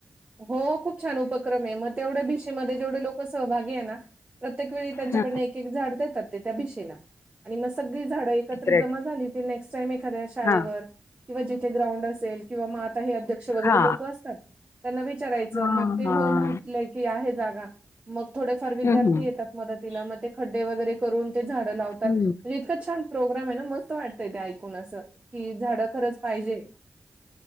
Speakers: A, on the right; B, on the left.
A: हो खूप छान उपक्रम आहे म तेवढ्या भीशीमध्ये जेवढे लोकं सहभागी आहे ना प्रत्येक वेळी त्यांच्याकडनं
B: हा.
A: एक-एक झाड देतात ते त्या भिशीला आणि मग सगळी झाडं एकत्र
B: ग्रेट.
A: जमा झाली ते नेक्स्ट टाइम एखाद्या शाळेवर
B: हा.
A: किंवा जिथे ग्राउंड असेल किंवा म आता हे अध्यक्ष वगैरे
B: हा.
A: लोकं असतात त्यांना विचारायचं
B: हां,
A: मग ते
B: हां.
A: हो म्हटलंय की आहे जागा मग थोडेफार विद्यार्थी
B: हं, हं.
A: येतात मदतीला मग ते खड्डे वगैरे करून ते झाडं लावतात.
B: हं.
A: म्हणजे इतका छान प्रोग्राम आहे ना मस्त वाटतय ते ऐकून असं कि झाडं खरंच पाहिजे.